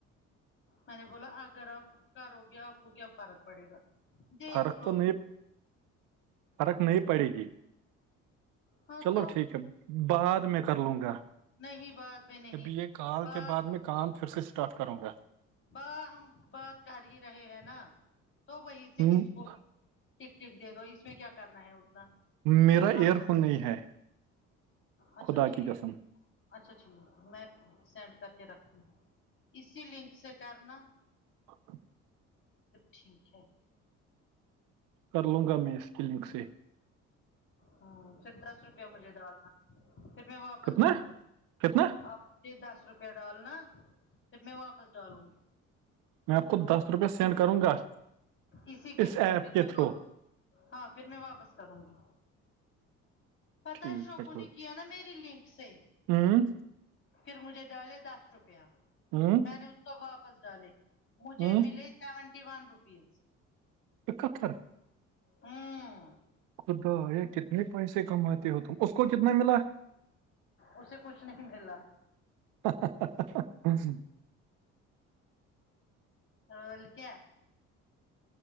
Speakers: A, on the left; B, on the right.
A: میں نے بولا اگر آپ کرو گے آپ کو کیا فرق پڑے گا دیکھ
B: فرق
A: لو
B: تو نہیں فرق نہیں پڑے گی
A: ہاں
B: چلو
A: تو
B: ٹھیک ہے بعد میں کر لوں گا
A: نہیں بعد میں نہیں
B: ابھی یہ کال
A: بات
B: کے بعد میں کام پھر سے اسٹارٹ کروں گا
A: باہ ہم بات کر ہی رہے ہیں نا تو وہیں سے
B: م-
A: اس کو بھی ٹک ٹک دے دو اس میں کیا کرنا ہے اتنا فون
B: میرا
A: ہاتھ
B: ایئر فون نہیں ہے
A: اچھا
B: خدا
A: ٹھیک
B: کی قسم
A: <unintelligible> اچھا ٹھیک میں سینڈ کر کے رکھ دوں اسی لنک سے کرنا
B: اچھا <inaudible>
A: سب ٹھیک ہے <unintelligible>
B: کر لوں گا میں اس کلینک سے
A: ہ پھر دس روپیہ مجھے ڈالنا پھر میںپ واپس
B: کتنا
A: ڈالوں گی
B: کتنا
A: آپ مجھے دس روپیہ ڈالنا پھر میں واپس ڈالوں گی
B: میں آپ کو دس روپئے سینڈ کروں گا
A: اسی کے
B: اس
A: تھرو
B: ایپ
A: پھر
B: کے
A: میں
B: تھرو
A: ہاں پھر میں واپس کروں گی پتا
B: ٹھیک
A: ہے شوبو
B: کوئی۔
A: نے کیا نا میری لنک سے
B: ہوں
A: پھر مجھے ڈالے دس روپیہ
B: ہوں
A: میں اس کو واپس ڈالے مجھے
B: ہوں
A: ملے سیونٹی ون روپیز
B: اکہتھر <unintelligible>
A: ہاں
B: خدا یا کتنے پیسے کماتے ہو تم اس کو کتنا ملا
A: اسے کچھ نہیں ملا
B: ہ <unintelligible>
A: اور کیا